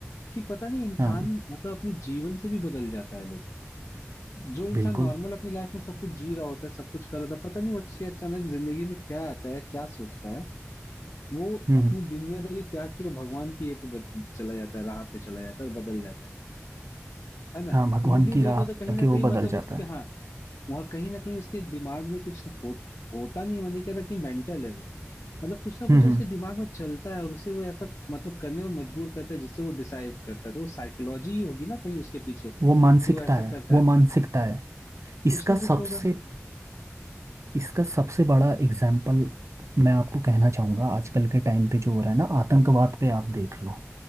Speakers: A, on the left; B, on the right.
A: कि पता नहीं इंसान
B: हाँ
A: मतलब अपने जीवन से भी बदल जाता है लोग जो इंसान
B: बिल्कुल
A: नॉर्मल अपनी लाइफ में सब कुछ जी रहा होता है सब कुछ कर रहा होता है पता नहीं उसके अचानक जिंदगी में क्या आता है क्या सोचता है वो
B: हम्म
A: अपनी दुनियादारी त्याग के वो भगवान की ये पे बद- चला जाता है राह पे चला जाता है और बदल जाता है है ना
B: हाँ भगवान
A: तो ये भी
B: की
A: देखो
B: राह
A: तो
B: करके
A: कहीं ना
B: वो
A: कहीं मतलब
B: बदल जाता
A: उसके
B: है
A: हाँ वहाँ कहीं ना कहीं उसके दिमाग में कुछ हो, होता नहीं मैंने कह रहा कि मेंटल है वो मतलब कुछ ना कुछ
B: हम्म
A: उसके
B: हम्म,
A: दिमाग में चलता है और उसे वो ऐसा मतलब करने में मजबूर करता है जिससे वो डिसाइड करता है तो वो साइकोलॉजी ही होगी ना कहीं उसके पीछे
B: वो मानसिकता
A: कि वो ऐसा
B: है
A: करता
B: वो
A: है
B: मानसिकता है इसका
A: कुछ ना कुछ
B: सबसे
A: होगा
B: इसका सबसे बड़ा एग्जाम्पल मैं आपको कहना चाहूंगा आजकल के टाइम पे जो हो रहा है ना आतंकवाद पे आप देख लो